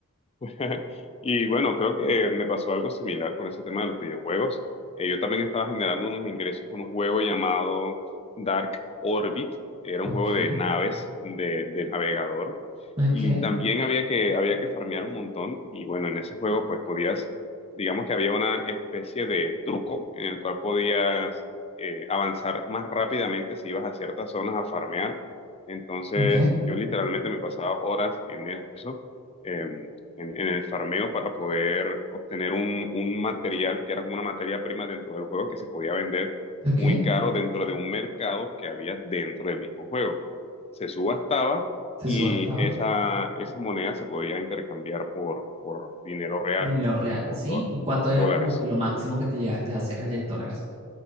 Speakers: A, on the left; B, on the right.
A: <laughs> Y bueno, creo que me pasó algo similar con ese tema de los videojuegos. Eh, yo también estaba generando unos ingresos con un juego llamado Dark Orbit. Era
B: Ok,
A: un juego de naves, de, de navegador.
B: ok,
A: Y también había que, había que farmear un montón. Y bueno, en ese juego pues podías, digamos que había una especie de truco en el cual podías eh, avanzar más rápidamente si ibas a ciertas zonas a farmear. Entonces
B: ok,
A: yo literalmente me pasaba horas en eso. Em, en, en el farmeo para poder obtener un, un material que era como una materia prima dentro del juego que se podía vender
B: ok.
A: muy caro dentro de un mercado que había dentro del mismo juego. Se subastaba
B: Se
A: y
B: subastaba.
A: esa, esa moneda se podía intercambiar por, por dinero real,
B: Dinero real,
A: por,
B: ¿sí?
A: do-
B: ¿Y cuánto
A: por
B: era
A: dólares.
B: como que lo máximo que te llegaste a hacer allá en dólares?